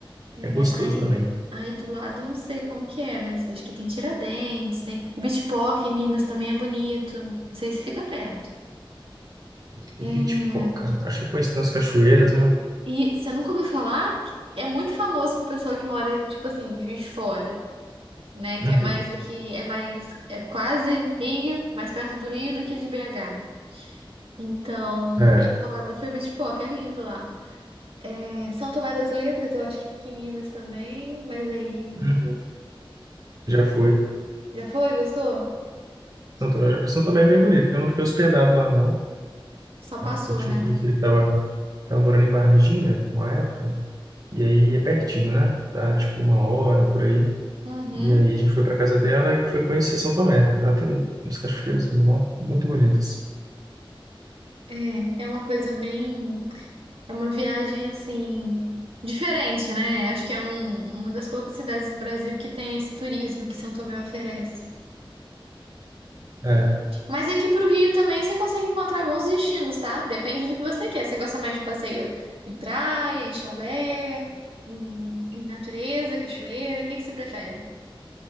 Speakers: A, on the right; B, on the right.
A: É,
B: É gostoso
A: aí,
B: também.
A: aí do lado, eu não sei como que é, mas acho que tem Tiradentes, tem e Bitpock em Minas também é bonito. Não sei se fica perto.
B: E
A: É,
B: Pitipoca. Acho que eu conheço tem umas cachoeiras, né?
A: E você nunca ouviu falar? É muito famoso pro pessoal que mora, tipo assim, em Juiz de Fora, né?
B: Uhum.
A: Que é mais aqui, é mais, é quase Rio, mais perto do Rio do que de BH. Então,
B: É.
A: o pessoal vai muito pra Bitpock, é lindo lá. É, São Tomé das Letras, eu acho que fica em Minas também, mas aí.
B: Uhum. Já fui.
A: Já foi? Gostou?
B: São Tomé, já... São Tomé é bem bonito. Eu não fiquei hospedado lá, não.
A: Só passou,
B: Eu tinha
A: né?
B: um conhecido que tava, tava morando em Varginha, uma época. E aí é pertinho, né? Dá tipo uma hora por aí.
A: Uhum.
B: E aí a gente foi pra casa dela e foi conhecer São Tomé. E lá tem umas cachoeiras mó- muito bonitas.
A: É, é uma coisa bem. É uma viagem assim. Diferente, né? Acho que é um, uma das poucas cidades do Brasil que tem esse turismo que São Tomé oferece.
B: É.
A: Mas aqui pro Rio também você consegue encontrar bons destinos, tá? Depende do que você quer. Você gosta mais de passeio em praia, em chalé, em, em natureza, cachoeira? O que que você prefere?